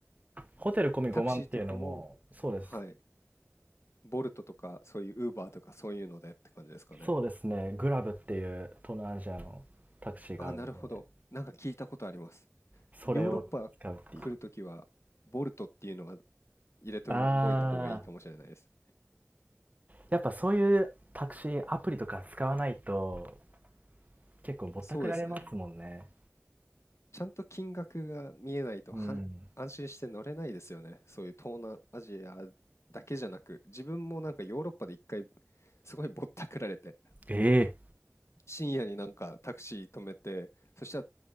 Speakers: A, on the right (about 30°); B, on the left (about 65°).
A: ホテル込み5万っていうのもそうです。
B: タクシーとかもはい。ボルトとかそういうウーバーとかそういうのでって感じですかね。
A: そうですね。グラブっていう東南アジアのタクシーがあるので、
B: ああ、なるほど。なんか聞いたことあります。
A: それを使うっていう。
B: ヨーロッパ来るときは、ボルトっていうのは入れておいた方がいいかもしれないです。
A: ああ、やっぱそういうタクシーアプリとか使わないと結構ぼったくられますもんね。
B: そうですね。ちゃんと金額が見えないとは安心して乗れないですよね。
A: うん。
B: そういう東南アジアだけじゃなく、自分もなんかヨーロッパで一回すごいぼったくられて、
A: ええ
B: 深夜になんかタクシー止めて、そしたら